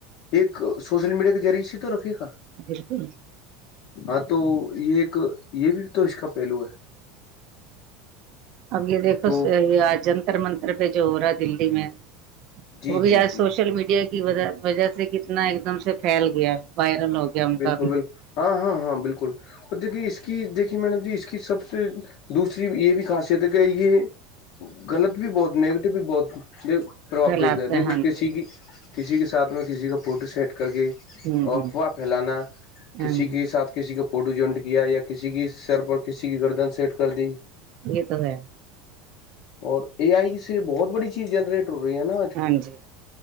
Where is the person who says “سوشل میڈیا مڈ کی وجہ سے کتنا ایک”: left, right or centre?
Right